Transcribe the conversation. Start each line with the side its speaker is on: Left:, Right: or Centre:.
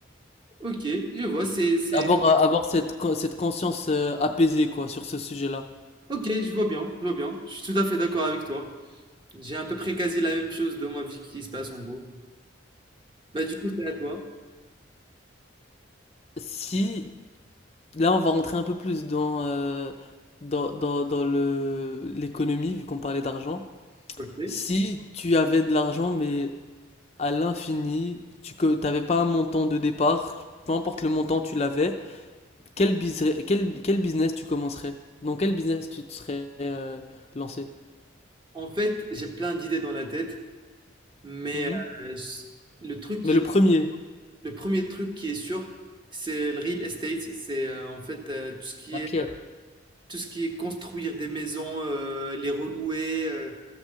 Right: Ok, je vois, c'est, c'est...
Left: Avoir, avoir cette, con- cette conscience euh, apaisée, quoi, sur ce sujet-là.
Right: Ok, je vois bien, je vois bien. Je suis tout à fait d'accord avec toi. J'ai à peu près quasi la même chose dans ma vie qui se passe en gros. Bah du coup, c'est à toi.
Left: Si Là, on va rentrer un peu plus dans, euh, dans, dans, dans le, l'économie, vu qu'on parlait d'argent.
Right: Ok.
Left: Si tu avais de l'argent, mais à l'infini, tu que t'avais pas un montant de départ, peu importe le montant, tu l'avais, quel, business- quel, quel business tu commencerais? Dans quel business tu te serais euh, lancé?
Right: En fait, j'ai plein d'idées dans la tête, mais
Left: Mhm.
Right: euh, s- le truc qui,
Left: Mais le premier.
Right: le premier truc qui est sûr, c'est le real estate. C'est euh, en fait euh, tout ce qui
Left: La
Right: est
Left: pierre.
Right: tout ce qui est construire des maisons, euh, les relouer, euh,